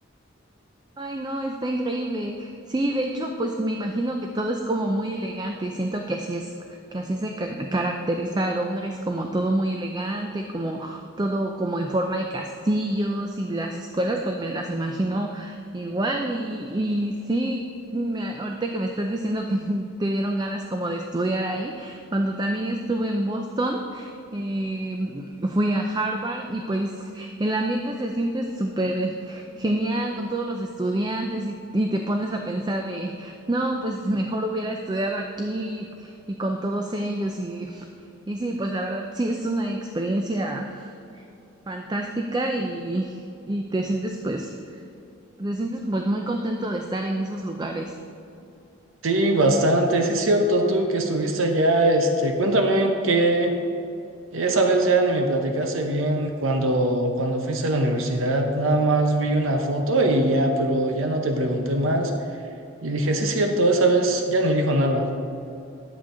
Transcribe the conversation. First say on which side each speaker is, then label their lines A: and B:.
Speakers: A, on the right (about 20°); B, on the right (about 75°).
A: Ay, no, está increíble. Sí, de hecho, pues me imagino que todo es como muy elegante. Siento que así es, que así se ca- caracteriza a Londres, como todo muy elegante, como todo como en forma de castillos y las escuelas, pues me las imagino igual. Y, y sí, me, ahorita que me estás diciendo que <laughs> te dieron ganas como de estudiar ahí, cuando también estuve en Boston. eh, fui a Harvard y pues el ambiente se siente súper Genial, con todos los estudiantes y, y te pones a pensar de, no, pues mejor hubiera estudiado aquí y con todos ellos y, y sí, pues la verdad sí es una experiencia fantástica y, y te sientes pues, te sientes pues muy contento de estar en esos lugares.
B: Sí, bastante, sí es cierto, tú que estuviste allá, este, cuéntame que esa vez ya ni me platicaste bien cuando, cuando fuiste a la universidad, nada más vi una foto y ya, pero ya no te pregunté más. Y dije, sí es cierto, esa vez ya ni dijo nada.